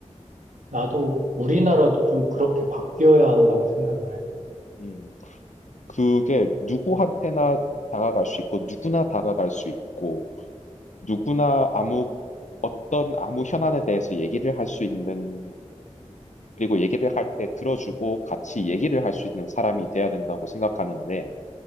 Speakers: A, on the right; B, on the left.
A: 나도 우리나라도 좀 그렇게 바뀌어야 한다고 생각을 해.
B: 음. 그게 누구한테나 다가갈 수 있고 누구나 다가갈 수 있고 누구나 아무 어떤 아무 현안에 대해서 얘기를 할 수 있는 그리고 얘기를 할 때 들어주고 같이 얘기를 할 수 있는 사람이 돼야 된다고 생각하는데